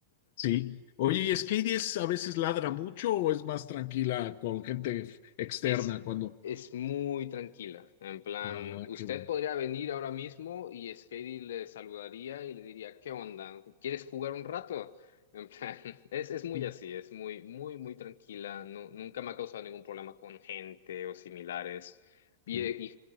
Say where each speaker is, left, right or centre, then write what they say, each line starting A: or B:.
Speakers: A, on the left; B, on the left.
A: sí. Oye, ¿y Skady es, a veces ladra mucho o es más tranquila con gente f- externa
B: Es,
A: cuando...
B: es muy tranquila. En plan,
A: Ah,
B: usted
A: qué bueno.
B: podría venir ahora mismo y Skady le saludaría y le diría, ¿qué onda? ¿Quieres jugar un rato? En plan, <laughs> es, es muy
A: Sí,
B: así, es muy, muy, muy tranquila. No, nunca me ha causado ningún problema con gente o similares. ¿Y,
A: sí.
B: y,